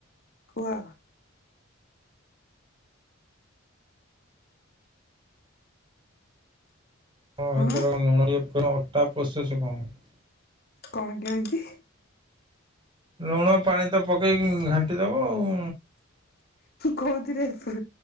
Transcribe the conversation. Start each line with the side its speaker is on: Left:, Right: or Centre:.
Left: କୁହ?
Right: ହଁର
Left: ହୁଁ
Right: ଲୁଣ ଅଟା ପଶଛ କଣ <unintelligible>
Left: କଣ କେମିତି?
Right: ଲୁଣ ପାଣି ତ ପକେଇକି ଘାଣ୍ଟି ଦବ ଉଁ।
Left: କହୁଥିରେ ଗା